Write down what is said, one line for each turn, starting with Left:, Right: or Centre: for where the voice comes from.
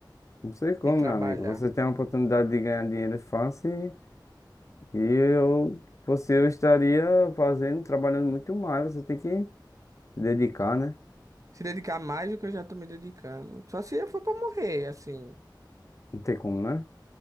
Left: Não sei como,
Right: de trabalhar.
Left: meu amigo. Você tem a oportunidade de ganhar dinheiro fácil e e eu, você, eu estaria fazendo, trabalhando muito mais. Você tem que se dedicar, né?
Right: Se dedicar mais do que eu já tô me dedicando. Só se eu for pra morrer, assim.
Left: Não tem como, né?